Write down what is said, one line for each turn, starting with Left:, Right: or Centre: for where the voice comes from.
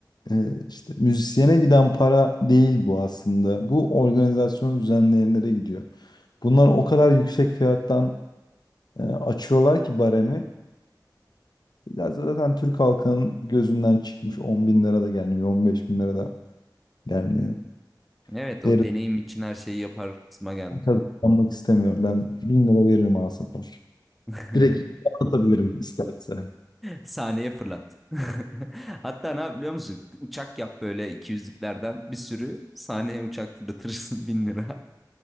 Left: e, işte müzisyene giden para değil bu aslında. Bu organizasyon düzenleyenlere gidiyor. Bunlar o kadar yüksek fiyattan e, açıyorlar ki baremi. Ya zaten Türk halkının gözünden çıkmış 10 bin lira da gelmiyor, 15 bin lira da gelmiyor.
Centre: Evet o
Left: Verip
Centre: deneyim için her şeyi yapar kısma geldi.
Left: kazanmak istemiyorum. Ben 1000 lira veririm Asaf'a.
Centre: <laughs>
Left: Direkt atabilirim isterse.
Centre: Sahneye fırlat. <laughs> Hatta ne yap biliyor musun? Uçak yap böyle 200'lüklerden bir sürü. Sahneye uçak fırlatırsın <laughs> 1000 lira.